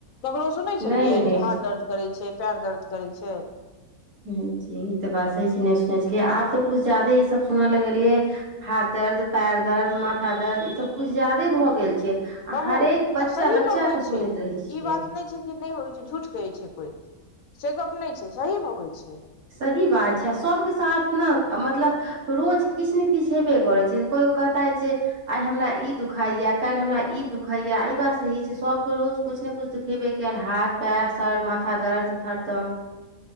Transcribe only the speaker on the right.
नहि नहि
जी ई त बात छै नहि सुनै छलियै आब त कुछु ज्यादे ई सब सुन लगलियै हाथ दर्द पैर दर्द माथा दर्द ई सब कुछ ज्यादे भ गेल छै
हरेक बच्चा
बच्चा
के सुनैत
रहै छियै
सही बात छै सबके साथ ने मतलब। रोज किछ ने किछ हेबे करै छै कोइ कहता जे आइ हमरा ई दुखाइए काल्हि हमरा ई दुखाइए एहि बात सही छै सभके रोज। कुछ ने कुछ खेबे कयल हाथ पैर सर माथा दर्द हरदम